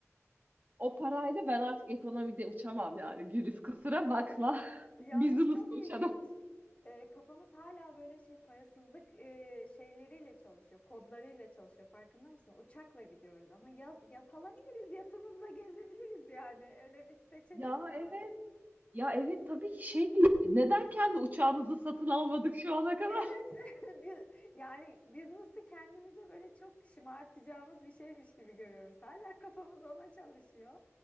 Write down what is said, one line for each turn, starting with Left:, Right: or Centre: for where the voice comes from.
Right: o parayla ben artık ekonomide uçamam yani. Güliz kusura bakma.
Left: Yalnız
Right: <laughs> Business'la
Left: çok ilginç.
Right: uçarım.
Left: Ee, kafamız hala böyle şey parasızlık e, şeyleriyle çalışıyor, kodlarıyla çalışıyor. Farkında mısın? Uçakla gidiyoruz ama ya, yat alabiliriz, yatımızla gezebiliriz yani. Öyle bir seçenek
Right: Ya
Left: de var.
Right: evet. Ya evet tabii ki şey neden kendi uçağımızı satın almadık şu ana kadar?
Left: Evet,
Right: <laughs>
Left: <laughs> biz, yani biz nasıl kendimize böyle çok şımartacağımız bir şeymiş gibi görüyoruz. Hala kafamız ona çalışıyor.